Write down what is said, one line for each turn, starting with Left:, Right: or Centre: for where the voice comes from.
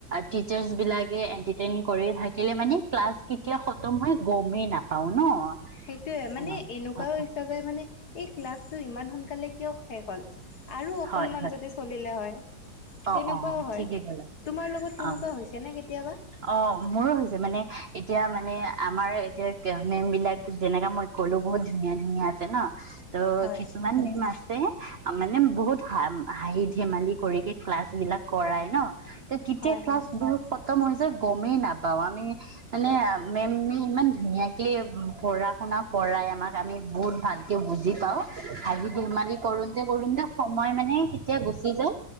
Right: টিচাৰ্চ বিলাকে এটাৰটেইন কৰি থাকিলে মানে ক্লাছ কেতিয়া খতম হৈ গমেই নাপাও ন
Left: সেইটোয়ে মানে
Right: অ
Left: এনেকুৱাও
Right: অ
Left: ইচ্ছা যায় মানে এই ক্লাছটো ইমান সোনকালে কিয় শেষ হ'ল। আৰু অকণমান
Right: হয় হয়
Left: যদি চলিলে হয়।
Right: অ
Left: তেনেকুৱাও
Right: অ অ
Left: হয়।
Right: ঠিকে কলা
Left: তোমাৰ লগত তেনেকুৱা
Right: অ
Left: হৈছে নে কেতিয়াবা?
Right: অ মোৰো হৈছে মানে এতিয়া মানে আমাৰ এতিয়া মেম বিলাক যেনেকা মই কলো বহুত ধুনীয়া ধুনীয়া আছে ন। ত'
Left: হয়,
Right: কিছুমান মেম আছে মানে বহুত হ হাঁহি ধেমালি কৰি ক্লাছ বিলাক কৰাই ন। ত কেতিয়া
Left: হয়,
Right: ক্লাছ
Left: হয়।
Right: দৰ খতম হৈ যায়। গমেই নাপাও আমি মানে মেমি ইমান ধুনীয়াকে পঢ়া শুনা কৰাই আমাক আমি বহুত ভালকে বুজি পাও হাঁহি ধেমালি কৰোতে কৰোতে যে সময় মানে কেতিয়া গুচি যায়